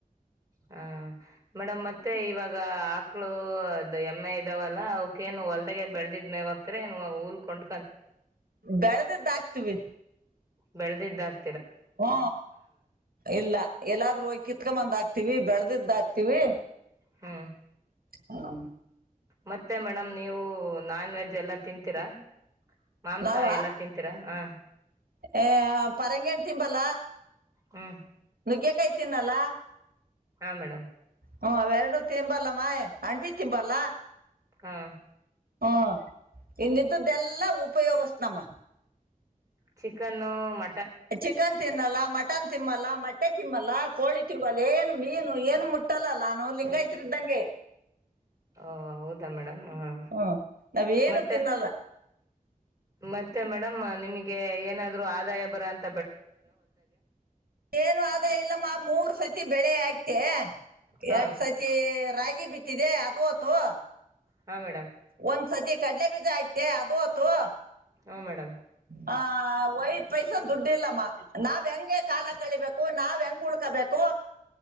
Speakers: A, on the right; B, on the right.
A: ಹ ಮೇಡಮ್ ಮತ್ತೆ ಇವಾಗ ಆಕ್ಳು ಎಮ್ಮೆ ಇದಾವಲ್ಲ ಅವಕೇಏನು ಹೊಲ್ದೆಗ ಬೆಳ್ದಿದ್ ಮೇವ ಹಕ್ತರ ಉಲ್ಕೊಂಡ
B: ಬೆಳದದ್ದಾಕ್ತಿವಿ
A: ಬೆಳೆದಿದ್ದಾಗ
B: ಹ್ಮ ಇಲ್ಲ ಎಲ್ಲಾದ್ರೂ ಹೋಗಿ ಕಿತ್ಕೊಂಬಂದ್ ಆತ ಆತವಿ ಬೆಳದಿದ್ದಾಕ್ತಿವಿ
A: ಹ್ಮ
B: ಹ <inaudible>
A: ಮತ್ತೆ ಮೇಡಮ್ ನೀವು ನಾನ್ ವೆಜ್ ಎಲ್ಲ ತಿಂತೀರಾ ಮಾಂಸ
B: ನಾವ
A: ಎಲ್ಲಾ ತಿಂತೀರಾ ಹ
B: ಆ ಪರಂಗೇಣ್ ತಿಂಬಲ್ಲ
A: ಹ್ಮ್
B: ನುಗ್ಗೆ ಕಾಯಿ ತಿನ್ನಲ್ಲ
A: ಹಾ ಮೇಡಮ್
B: ಹ್ಮ ಎರಡೂ ತಿಂಬರ್ಲಾಮ ಅಂಪಿ ತಿಬಾರಲ್ಲ
A: ಹಾ
B: ಹ್ಮ ಇನ್ನಿದ್ದ್ದೆಲ್ಲಾ ಉಪಯೋಗಸ್ನಮ್ಮ
A: ಚಿಕನ್ನು ಮ
B: ಚಿಕನ್ ತಿನ್ನಲ್ಲ ಮಟನ್ ತಿಮ್ಮಲ್ಲ ಮೊಟ್ಟೆ ತಿಮ್ಮಲ್ಲ ಕೋಳಿ ತಿ ಬಲ್ ಏನ್ ಮೀನು ಏನು ಮುಟ್ಟಲ್ಲಲ್ಲಾನು ಲಿಂಗಾಯತ್ರ ಇದ್ದಂಗೆ
A: ಹ ಹೌದಾ ಮೇಡಮ್ ಹ
B: ಹ್ಮ್ ನಾವೇನು
A: ಮತ್ತೆ
B: ತಿನ್ನಲ್ಲ
A: ಮತ್ತೆ ಮೇಡಮ್ ನಿಮಗೆ ಏನಾದ್ರು ಆದಾಯ ಬರಂತ
B: ಏನು ಆದ ಇಲ್ಲಮ್ಮ ಮೂರ್ ಸತಿ ಬೆಳೆ ಅಯ್ತೆ
A: ಹಾ
B: ಎರಡ್ ಸತಿ ರಾಗಿ ಬಿತ್ತಿದೆ ಅದು ಹೊತ್ತು
A: ಹಾ ಮೇಡಮ್
B: ಒಂದ್ಸತಿ ಕಡಲೆ ಬೀಜ ಆಯ್ತು ಅದುತ್ತು
A: ಹ ಮೇಡಮ್
B: ಹ ವಯಟ್ ಪೈಸ ದುಡ್ ಇಲ್ಲಮ್ಮ ನಾವ್ ಹೆಂಗೆ ಕಾಲ ಕಳಿಬೇಕು ನಾವ್ ಹೆಂಗ ಉಳ್ಕಬೇಕು